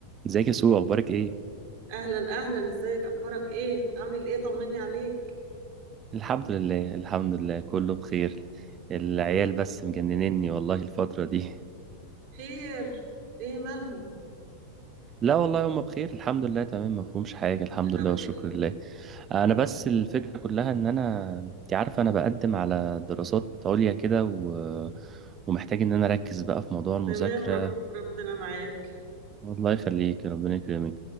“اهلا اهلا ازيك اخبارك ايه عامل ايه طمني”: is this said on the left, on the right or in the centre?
Right